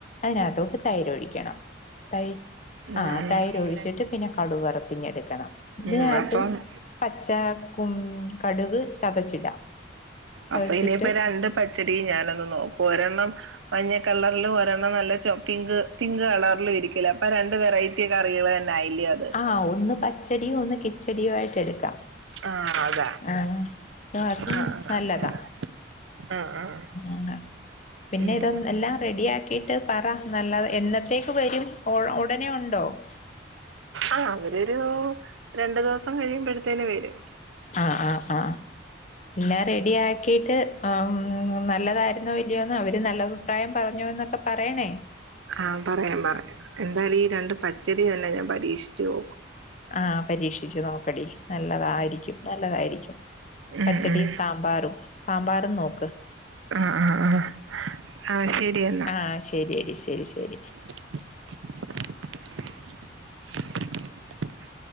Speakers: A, on the left (about 40°); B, on the right (about 80°).
A: അതിനകത്തൊക്കെ തൈര് ഒഴിക്കണം തൈർ ആ
B: ഉം
A: തൈര ഒഴിച്ചിട്ട് പിന്നെ കടു വറുത്തിഞ്ഞെടുക്കണം
B: ഉം
A: ഇതിനകത്തും
B: ഉം അപ്പം
A: പച്ച ക കടുക് ചതച്ചിടാം ചതച്ചിട്ട്
B: അപ്പൊ ഇനിയിപ്പ രണ്ട് പച്ചടി ഞാനൊന്ന് നോക്കും ഒരെണ്ണം മഞ്ഞ കളറൽ ഒരെണ്ണം നല്ല പിങ്ക് പിങ്ക് കളറിലും ഇരിക്കല അപ്പൊ രണ്ട് വെറൈറ്റി കറികൾ തന്നെ ആയില്ലേ അ
A: ആഹ ഒന്ന് പച്ചടിയും ഒന്ന് കിച്ചടിയും ആയിട്ട് എടുക്കാം
B: ആഹ് അതാ
A: ആഹ ഇത് ആർക്കും
B: ആഹ്
A: നല്ലതാ
B: ആഹ് ആഹ് ആഹ്
A: മൂങ്ങ പിന്നെ
B: ഉം
A: ഇത് എല്ലാം റെഡിയ ആക്കിയിട്ട് പറ നല്ല എന്നത്തേക്ക് വരും ഉ ഉടനെ ഉണ്ടോ <inaudible>
B: ആഹ് അവരൊരു രണ്ടു ദിവസം കഴിയുമ്പോഴത്തേന് വരും
A: ആഹ ആഹ ആഹ എല്ലാം റെഡി ആക്കിട്ട് ആഹ് നല്ലതായിരുന്നു ഇല്ലയോന്ന് അവര് നല്ല അഭിപ്രായം പറഞ്ഞു എന്നൊക്കെ പറയണേ
B: ആഹ് പറയാം പറയാം എന്തായാലും ഈ രണ്ട് പച്ചടി തന്നെ ഞാൻ പരീക്ഷിച്ചു നോക്കും
A: ആഹ് പരീക്ഷിച്ചു നോക്കടി നല്ലതായിരിക്കും നല്ലതായിരിക്കും
B: ഉം
A: പച്ചടി
B: ഉം
A: സാമ്പാറും സാമ്പാറും നോക്ക്
B: ആഹ് ആഹ് ആഹ് ആഹ് ശരി എന്നാ
A: ആഹ് ശരിയടി ശരി ശരി
B: <inaudible>